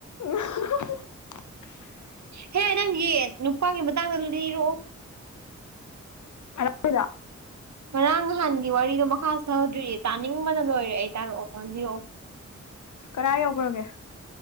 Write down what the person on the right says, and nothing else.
ꯍꯦ ꯅꯪꯒꯤ ꯅꯨꯄꯥꯒꯤ ꯃꯇꯥꯡꯗ ꯂꯤꯔꯛꯑꯣ
ꯉꯔꯥꯡ ꯅꯍꯥꯟꯒꯤ ꯋꯥꯔꯤꯗꯣ ꯃꯈꯥꯍꯧꯗ꯭ꯔꯤ ꯇꯥꯅꯤꯡꯕꯅ ꯂꯣꯏꯔꯦ ꯑꯩ ꯇꯥꯔꯛꯑꯣ ꯑꯣ ꯂꯤꯔꯛ ꯑꯣ